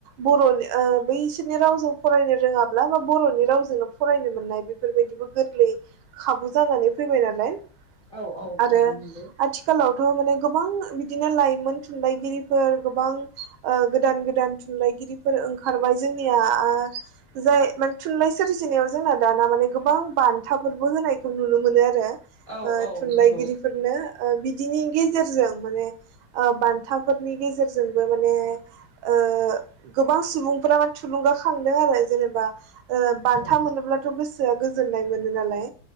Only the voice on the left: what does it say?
औ औ औ
नंगौ
औ औ
नंगौ
औ